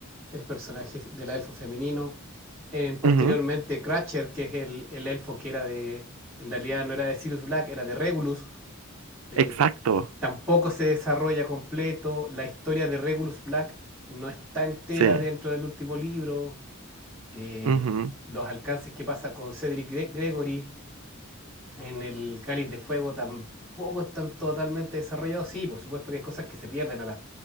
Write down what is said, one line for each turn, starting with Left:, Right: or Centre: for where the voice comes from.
Centre: el personaje del elfo femenino. En, posteriormente,
Right: Ujú,
Centre: Cratcher, que es el, el elfo que era de, en realidad no era de Sirius Black, era de Regulus eh,
Right: Exacto,
Centre: tampoco se desarrolla completo, la historia de Regulus Black no está entera
Right: sí.
Centre: dentro del último libro, eh,
Right: ujú.
Centre: los alcances que pasa con Cedric Gre- Gregory en el Cáliz de Fuego tampoco están totalmente desarrollados, sí, por supuesto que hay cosas que se pierden ahora,